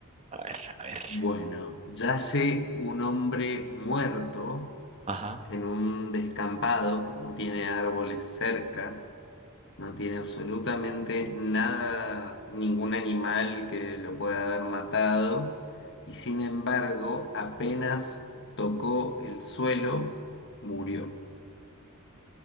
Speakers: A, on the right; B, on the left.
A: A ver, a ver.
B: bueno, yace un hombre muerto
A: Ajá.
B: en un descampado, no tiene árboles cerca, no tiene absolutamente nada, ningún animal que lo pueda haber matado, y sin embargo, apenas tocó el suelo, murió.